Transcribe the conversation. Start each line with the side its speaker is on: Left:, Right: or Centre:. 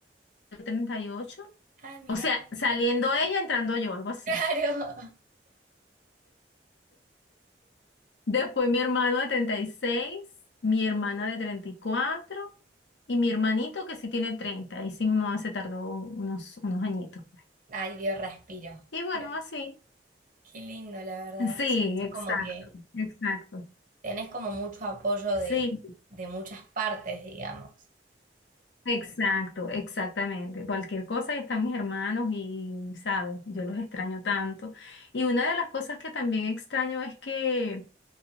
Left: 38.
Right: Ah, mira,
Left: O sea,
Right: me
Left: saliendo
Right: seguí. <laughs>
Left: ella, entrando yo, algo así.
Right: Claro.
Left: Después mi hermano de 36, mi hermana de treinta y cuatro y mi hermanito que sí tiene 30. Y sí, mi mamá se tardó unos, unos añitos.
Right: Ay, Dios, respiro.
Left: Y bueno,
Right: Pero
Left: así.
Right: Qué lindo, la verdad.
Left: Sí,
Right: Siento
Left: exacto,
Right: como que
Left: exacto.
Right: tenés como mucho apoyo de,
Left: Sí,
Right: de muchas partes, digamos.
Left: Exacto, exactamente. Cualquier cosa, y están mis hermanos y, ¿sabes? Yo los extraño tanto. Y una de las cosas que también extraño es que,